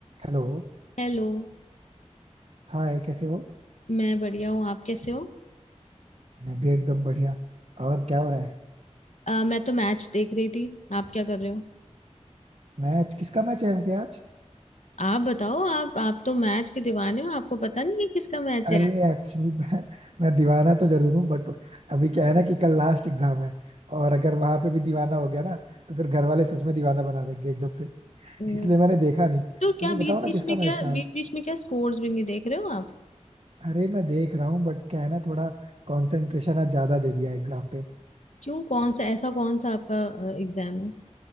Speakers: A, on the right; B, on the left.
A: Hello
B: Hello
A: Hi कैसे हो
B: मैं बढ़िया हूँ आप कैसे हो
A: मैं भी एकदम बढ़िया और क्या हो रहा है
B: अ, मैं तो मैच देख रही थी आप क्या कर रहे हो
A: मैच किसका मैच है वैसे आज
B: आप बताओ आप आप तो मैच के दीवाने हो आपको पता नहीं है किसका मैच
A: अरे
B: है आज?
A: एक्चुअली मैं, मैं दीवाना तो जरूर हूँ बट अभी क्या है ना कि कल लास्ट एग्जाम है और अगर वहां पे भी दीवाना हो गया ना तो फिर घर वाले सच में दीवाना बना देंगे एकदम से
B: हम्म,
A: इसलिए मैंने देखा नहीं
B: तो क्या
A: वैसे
B: बीच
A: बताओ ना
B: बीच
A: किसका
B: में
A: मैच
B: क्या
A: था
B: बीच
A: आज
B: बीच में क्या स्कोर्स भी नहीं देख रहे हो आप
A: अरे मैं देख रहा हूँ बट क्या है ना थोड़ा कंसंट्रेशन आज ज्यादा दे दिया एग्जाम पे
B: क्यों कौन सा ऐसा कौन सा आपका एग्जाम है